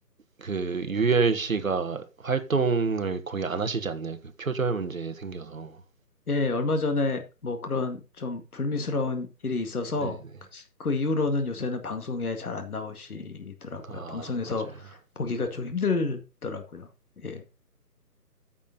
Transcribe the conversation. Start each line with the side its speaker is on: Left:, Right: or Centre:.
Right: 그 유열 씨가 활동을 거의 안 하시지 않나요? 그 표절 문제 생겨서.
Left: 예, 얼마 전에 뭐 그런 좀 불미스러운 일이 있어서
Right: 네, 네.
Left: 그 이후로는 요새는 방송에 잘 안 나오시더라고요.
Right: 아,
Left: 방송에서
Right: 맞아요.
Left: 보기가 좀 힘들더라고요. 예.